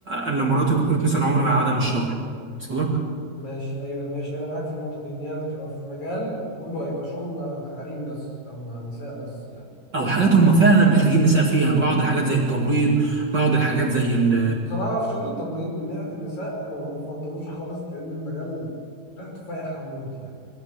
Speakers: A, on the right; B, on the left.
A: أنا لو مرات دكتور نساء عمري ما هقعدها من الشغل وصل لك
B: ماشي ايوه ماشي انا معاك في النقطه دي ان هي تبقى في مجال كله هيبقى شغل مع حريم بس او مع نساء بس يعني
A: او حاجات هم فعلا محتاجين نساء فيها بعض الحاجات زي التمريض بعض الحاجات زي ال
B: بصراحه في شغل التمريض من ناحيه النساء انا ما بفضلوش خالص لان المجال ريحته فايحه موت يعني